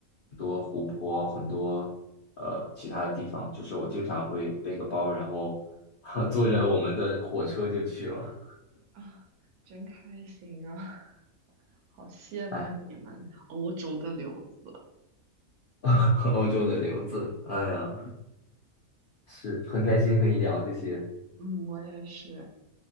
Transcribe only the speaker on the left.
很多湖泊、很多呃其他的地方。就是我经常会背个包，然后 <laughs> 坐着我们的火车就去了。
哎，<laughs> 欧洲的留子，哎呀，是很开心和你聊这些，